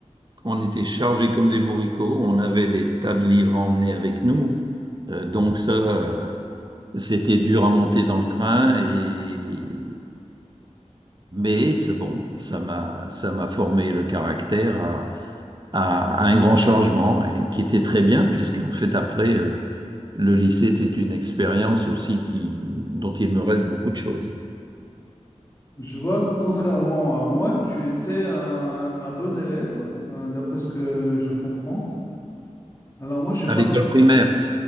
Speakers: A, on the right (about 35°); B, on the left (about 25°).
A: On était chargés comme des bourricots, on avait des tas de livres à emmener avec nous. Euh, donc ça, euh, c'était dur à monter dans le train et mais c'est bon, ça m'a ça m'a formé le caractère à, à, à un grand changement et qui était très bien puisqu'en fait après euh, le lycée c'est une expérience aussi qui dont il me reste beaucoup de choses.
B: Je vois que contrairement à moi, tu étais un, un bon élève, euh, d'après ce que je comprends. Alors moi, je partage.
A: À l'école primaire.